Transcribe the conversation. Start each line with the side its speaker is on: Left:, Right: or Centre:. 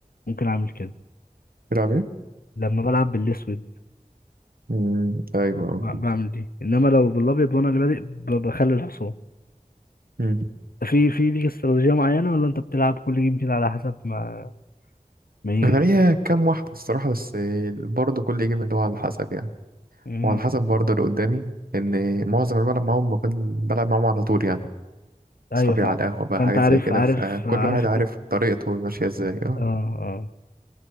Left: ممكن اعمل كده
Right: بتلعب ايه
Left: لما بلعب بالاسود
Right: مم. ايوه
Left: ب-
Right: اه.
Left: بعمل دي انما لو بالابيض وانا اللي بادئ ب- بخلي الحصان
Right: مم.
Left: في في ليك استراتيجيه معينه ولا انت بتلعب كل جيم كده على حسب ما ما يجي
Right: انا ليا كام واحده الصراحه بس برضه كل جيم اللي هو على حسب يعني
Left: امم
Right: وعلى حسب برضه اللي قدامي ان معظم اللي بلعب معاهم بكون بلعب معاهم على طول يعني
Left: ايوه
Right: اصحابي
Left: فاهم
Right: على القهوه بقى
Left: فانت
Right: حاجات
Left: عارف
Right: زي كده
Left: عارف
Right: فكل
Left: عارف
Right: واحد
Left: الدماغ
Right: عارف طريقته ماشيه ازاي اه
Left: اه اه